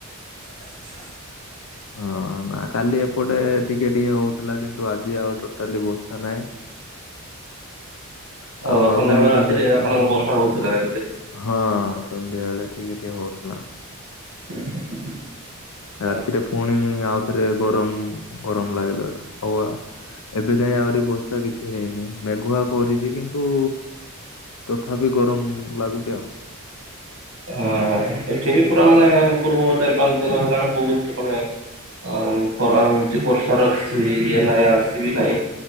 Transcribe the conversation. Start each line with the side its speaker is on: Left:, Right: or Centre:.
Right: <inaudible>
Left: ହୁଁ ନା କାଲି ଏପଟେ ଟିକେ ଟିକେ ହୋଉଥିଲା କିନ୍ତୁ ଆଜି ଆଉ ଟୋଟାଲି ବର୍ଷା ମାନେ <inaudible>
Right: ଅ
Left: ଆଉ ଆଗକୁ
Right: ସନ୍ଧ୍ୟାବେଳେ ରାତିରେ
Left: କେବେ ଆସିବ
Right: ଆପଣଙ୍କର
Left: କେଜାଣି
Right: ବର୍ଷା ହଉଥିଲା ହେଲେ
Left: <inaudible>
Right: ସେଠି।
Left: ହଁ। ସନ୍ଧ୍ୟାବେଳେ ଟିକେ ଟିକେ ହୋଉଥିଲା।
Right: <inaudible>
Left: ରାତିରେ
Right: ହଁ
Left: ପୁଣି ଆଉଥରେ ଗରମ ଗରମ ଲାଗିଲା ଲା ହଉ ଆ ଏବେ ଯାଇ ଆହୁରି ବର୍ଷା କିଛି ହେଇନି ମେଘୁଆ କରିଚି କିନ୍ତୁ ତଥାପି ଗରମ ଲାଗୁଚି ଆଉ।
Right: ହଁ ଏଠି ବି ପୁରା ମାନେ ପୂର୍ବ ଚାରି ପାଞ୍ଚ ଦିନ ହେଲାଣି ବୋହୁତ ମାନେ ଆଉ ଖରା ହଉଚି ବର୍ଷାର କିଛି ଇଏ ନାହିଁ ଆସିବି ନାହିଁ।